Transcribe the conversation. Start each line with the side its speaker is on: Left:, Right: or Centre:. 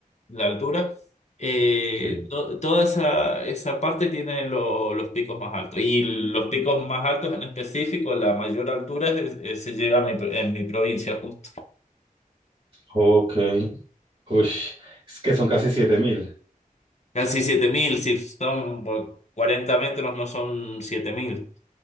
Left: la altura, eh,
Right: Sí.
Left: to- toda esa, esa parte tiene lo- los picos más altos. Y los picos más altos en específico, la mayor altura es- es- se llega a mi pro- en mi provincia justo.
Right: Ok. Ush, es que son casi siete mil.
Left: Casi 7.000 si son por 40 metros, no son 7.000.